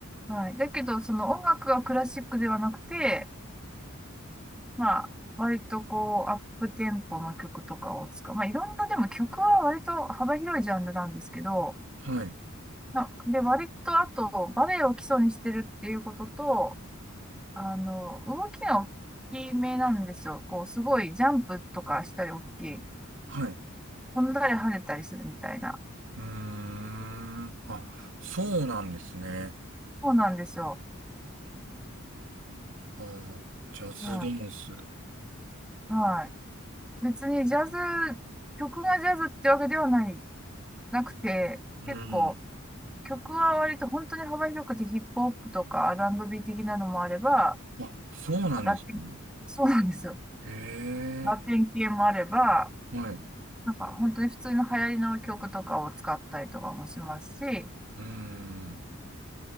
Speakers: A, in the centre; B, on the right (about 65°).
A: はい。だけど、その音楽がクラシックではなくて、まあ、割とこう、アップテンポの曲とかを使う。まあ、いろんな、でも曲は割と幅広いジャンルなんですけど、
B: はい。
A: なで、割とあと、バレエを基礎にしてるっていうことと、あの、動きが大きめなんですよ。こう、すごいジャンプとかしたり大きい。
B: はい。
A: 飛んだり跳ねたりするみたいな。
B: うーん。あ、そうなんですね。
A: そうなんですよ。
B: ああ、ジャズダンス。
A: うん。はい。別にジャズ、曲がジャズってわけではない、なくて、
B: うん。
A: 結構、曲は割と本当に幅広くてヒップホップとかアールアン r ー的なのもあれば、
B: あ、そうなんですね。
A: ラテン、そうなんですよ。
B: へ
A: ラテン系もあれば、
B: え、はい。
A: なんか本当に普通の流行りの曲とかを使ったりとかもしますし、
B: うん。